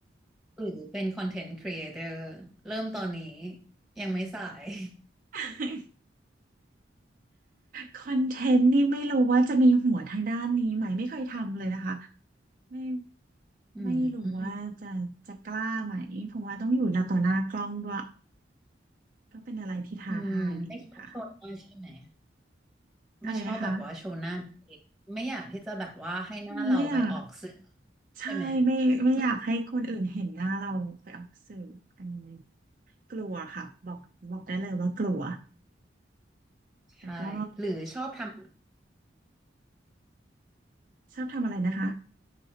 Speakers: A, in the centre; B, on the right.
A: หรือเป็นคอนเทนต์ครีเอเตอร์เริ่มตอนนี้ยังไม่สาย <laughs>
B: <laughs> คอนเทนต์นี่ไม่รู้ว่าจะมีหัวทางด้านนี้ไหมไม่เคยทำเลยนะคะไม่
A: อืม
B: ไม่รู้ว่าจะจะกล้าไหมเพราะว่าต้องอยู่หน้าต่อหน้ากล้องด้วยก็เป็นอะไรที่ท้าทายดีค่ะ
A: อืมไม่ชอบโชว์หน้าใช่ไหม
B: อะไรนะคะ
A: ไม่ชอบแบบว่าโชว์หน้าตัวเองไม่อยากที่จะแบบว่าให้หน้าเราไปออกสื่อ
B: ไม่อยากใช่ไม่ไม่อยากให้คนอื่นเห็นหน้าเราไปออกสื่ออันนี้
A: ใช่ไหมอืม
B: กลัวค่ะบอกบอกได้เลยว่ากลัวแต่ก็
A: ใช่หรือชอบทำ
B: ชอบทำอะไรนะคะ